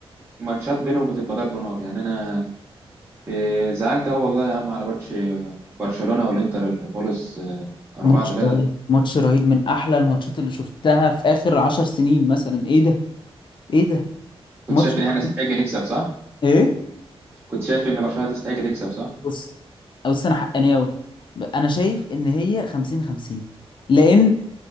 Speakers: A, on the right; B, on the left.
A: الماتشات بينهم بتبقى ضرب نار يعني انا إيه، زعلت قوي والله يا عم على ماتش آه، برشلونة والانتر اللي خلص 4
B: ماتش
A: 3
B: رهيب
A: ده
B: ماتش رهيب من احلى الماتشات اللي شفتها في اخر عشر سنين مثلا ايه ده ايه ده
A: كنت
B: ماتش
A: شايف ان
B: رهيب
A: احنا نستحق نكسب صح
B: ايه
A: كنت شايف ان برشلونة تستحق تكسب صح
B: بص بص انا حقاني قوي انا شايف ان هي 50 50 لان